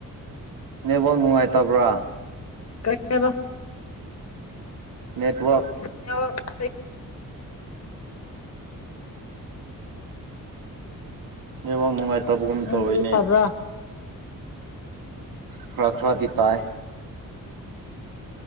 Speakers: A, on the right (about 80°); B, on the left (about 50°).
A: ꯅꯦꯠꯋꯥꯛ ꯅꯨꯡꯉꯥꯏꯇꯕ꯭ꯔꯥ
B: ꯀꯩ ꯍꯥꯏꯕ
A: ꯅꯦꯠꯋꯥꯛ
B: <unintelligible>
A: ꯅꯦꯠꯋꯥꯛ ꯅꯨꯡꯉꯥꯏꯇꯕꯒꯨꯝ
B: ꯅꯪꯒꯤꯗꯤ
A: ꯇꯧꯋꯤꯅꯦ
B: ꯐꯕ꯭ꯔꯥ
A: ꯈ꯭ꯔꯥ ꯈ꯭ꯔꯥꯗꯤ ꯇꯥꯏ